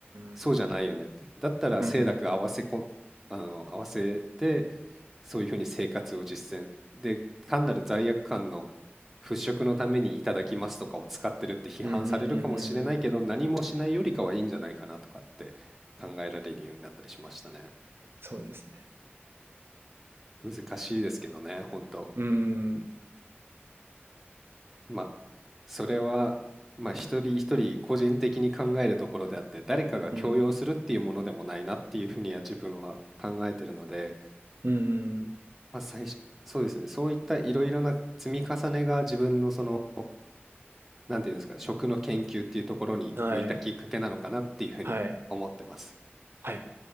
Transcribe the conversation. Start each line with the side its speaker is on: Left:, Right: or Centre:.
Centre: そうじゃないよねって。
Right: ん
Centre: だったら清濁合わせこ、
Right: うん
Centre: あの、合わせて、そういうふうに生活を実践。で、単なる罪悪感の払拭のためにいただきますとかを使ってるって批判されるかもしれないけど、
Right: うんうんうんうんうん
Centre: 何もしないよりかはいいんじゃないかなとかって考えられるようになったりしましたね。
Right: そうですね
Centre: 難しいですけどね、本当。
Right: ううん
Centre: まあ、それは、まあ、一人一人個人的に考えるところであって、誰かが強要するっていうものでもないなっていうふうには自分は考えてるので、
Right: うんうんうん
Centre: まあ、最初、そうですね、そういったいろいろな積み重ねが自分のその、なんていうんですかね、食の研究っていうところに向いたきっかけなのかなっていうふうに思ってます。
Right: はいはいはい